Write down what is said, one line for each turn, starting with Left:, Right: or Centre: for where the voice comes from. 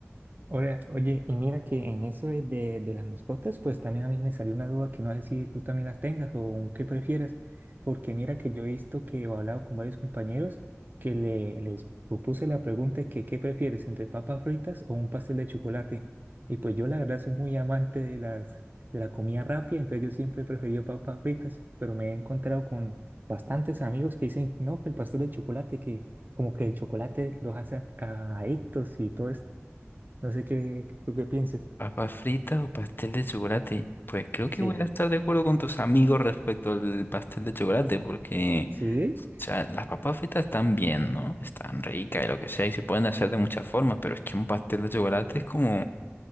Right: Oye, oye, y mira que en eso de, de de las mascotas, pues también a mí me salió una duda que no sé si tú también las tengas o qué prefieras, porque mira que yo he visto que he hablado con varios compañeros que le, les propuse la pregunta de que qué prefieres, entre papas fritas o un pastel de chocolate. Y pues yo la verdad soy muy amante de las, de la comida rápida, entonces yo siempre he preferido papas fritas, pero me he encontrado con bastantes amigos que dicen, no, que el pastel de chocolate, que como que el chocolate los hace a- adictos y todo no sé qué, tú qué pienses.
Left: ¿Papas fritas o pastel de chocolate? Pues creo
Right: Sí,
Left: que voy a estar de acuerdo con tus amigos respecto al pastel de chocolate, porque,
Right: ¿Sí?
Left: o sea, las papas fritas están bien, ¿no? Están ricas y lo que sea, y se pueden hacer de muchas formas, pero es que un pastel de chocolate es como,